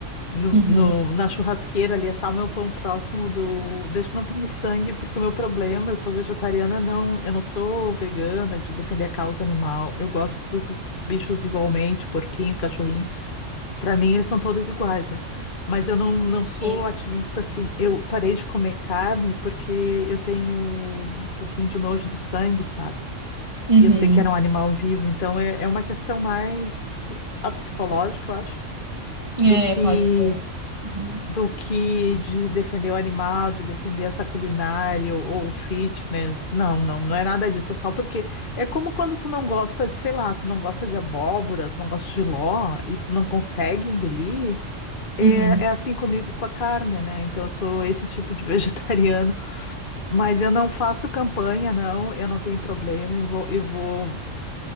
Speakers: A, on the left (about 45°); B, on the right (about 25°).
A: No,
B: Uhum.
A: no- na churrasqueira ali, assar o meu pão próximo do. Desde que não pingue sangue, porque o meu problema, eu sou vegetariana, não, eu não sou vegana de defender a causa animal. Eu gosto dos bichos igualmente, porquinho, cachorrinho. Para mim, eles são todos iguais, né? Mas eu não, não sou
B: Sim.
A: ativista assim. Eu parei de comer carne porque eu tenho um pouquinho de nojo do sangue, sabe?
B: Uhum.
A: E eu sei que era um animal vivo, então é, é uma questão mais a psicológica, eu acho,
B: É,
A: do que
B: pode ser. Uhum.
A: do que de defender o animal, de defender essa culinária ou, ou fitness. Não, não, não é nada disso. É só porque é como quando tu não gosta de, sei lá, tu não gosta de abóbora, tu não gosta de ló e tu não consegue engolir. É,
B: Uhum.
A: é assim comigo com a carne, né? Então, eu sou esse tipo de <laughs> vegetariano, mas eu não faço campanha, não, eu não tenho problema. Eu vou, eu vou